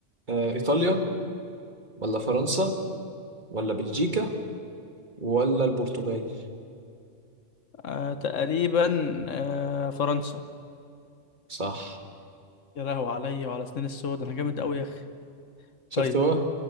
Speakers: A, on the right; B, on the left.
A: آه ايطاليا ولا فرنسا ولا بلجيكا ولا البرتغال
B: آه... تقريبا آه... فرنسا
A: صح
B: يا لهوي عليا وعلى سنين السود انا جامد قوي يا اخي
A: <laughs> شفت
B: طيب
A: هو